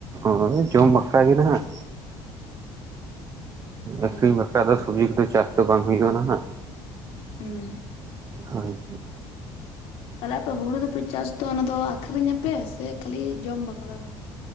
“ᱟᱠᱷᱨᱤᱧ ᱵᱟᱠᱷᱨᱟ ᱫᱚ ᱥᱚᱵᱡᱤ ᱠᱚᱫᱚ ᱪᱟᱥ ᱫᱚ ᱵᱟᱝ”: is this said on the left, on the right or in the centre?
Right